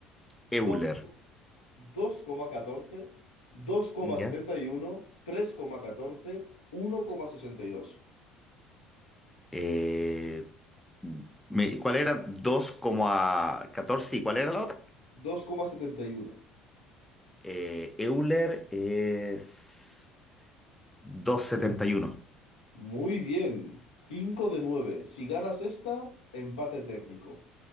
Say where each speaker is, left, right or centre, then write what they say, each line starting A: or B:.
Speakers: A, on the left; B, in the centre.
A: dos
B: Euler.
A: dos dos coma coma coma coma catorce catorce
B: Ya.
A: setenta y y uno tres coma catorce, uno tres sesenta y dos
B: Eh, me- ¿cuál era? dos coma catorce y ¿cuál era la otra?
A: dos coma setenta y uno
B: Eh, Euler es doscientos setenta y uno.
A: Muy bien. cinco de nueve Si ganas esta, empate técnico.